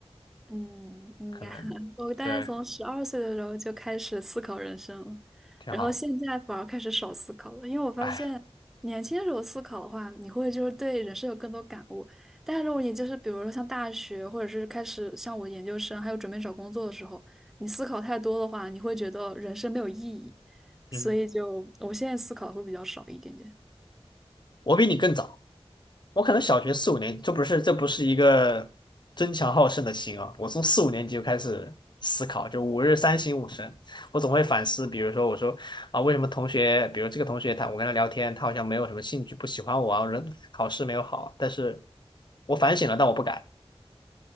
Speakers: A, in the centre; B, on the left (about 45°).
A: 嗯，应该，
B: 可能对，
A: <laughs> 我大概从十二岁的时候就开始思考人生了，
B: 挺好的。
A: 然后现在反而开始少思考了，因为我发现年轻的时候思考的话，
B: 哎，
A: 你会就是对人生有更多感悟，但是如果你就是比如说像大学，或者是开始像我研究生，还有准备找工作的时候，你思考太多的话，你会觉得人生没有意义，
B: 嗯，
A: 所以就我现在思考会比较少一点点。
B: 我比你更早，我可能小学四五年，这不是这不是一个争强好胜的心啊，我从四五年级就开始思考，就五日三省吾身，我总会反思，比如说我说啊，为什么同学，比如这个同学他我跟他聊天，他好像没有什么兴趣，不喜欢我啊，人考试没有好，但是我反省了，但我不改